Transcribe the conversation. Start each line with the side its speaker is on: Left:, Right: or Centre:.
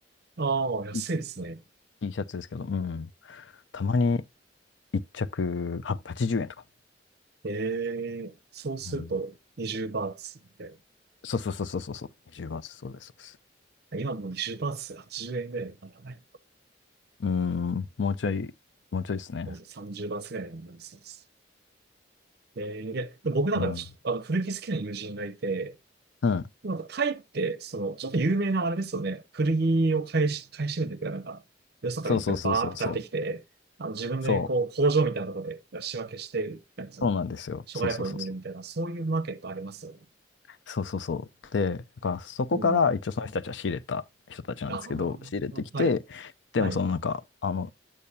Right: ああ、安いですね。
Left: T T シャツですけど、うん。たまに1着880円とか。
Right: ええ、そうすると20バーツみたい
Left: うん。そうそうそうそうそうそう。10月、そうです、そうです。
Right: な。今もう20バーツ80円ぐらいだからね。
Left: うーん、もうちょい、もうちょいですね。
Right: 30バーツぐらいになりそうです。えー、いや、でも僕なんかちあの古着好きな友人がいて、
Left: うん。うん。
Right: なんかタイって、その、ちょっと有名なあれですよね。古着を買いし、買い占めてくれなんか、よそからいっぱいバーって買ってきて、
Left: そうそうそうそうそう。
Right: あの自分でこう工場みたいなところで仕分けして、
Left: そう。
Right: なんかその、
Left: そうなんですよ。
Right: 諸外国に売るみたいな、
Left: そうそうそうそう。
Right: そういうマーケットありますよね。
Left: そうそうそう。で、だからそこから一応その人たちは仕入れた人たちなんですけど、
Right: うん。あ
Left: 仕入れてきて、
Right: あ、はい、
Left: でもそのなんか、
Right: はい、
Left: あの、